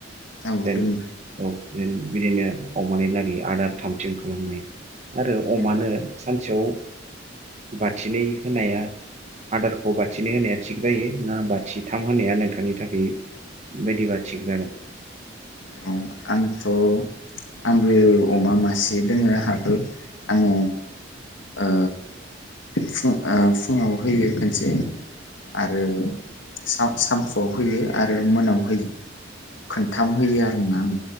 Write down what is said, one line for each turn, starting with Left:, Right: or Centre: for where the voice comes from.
Left: औ
Right: दोन
Left: दोङो
Right: औ जों बिदिनो अमानि लागै आदार थाम थिम खालामनाय आरो
Left: औ
Right: अमानो सानसेयाव बाथिनै होनाया आदारखौ बाथिनै होनाया थिग जायो ना बाथिथाम होनाया नोंथांनि थाखाय बायदिबा थिग जागोन
Left: औ आंथ' आंबो अमा मासे दोङो आंहाबो आङो ओ फु ओ फुङाव होयो खोनसे आरो सा सामफुआव होयो आरो मोनाव होयो खोनथाम होयो आरोना आं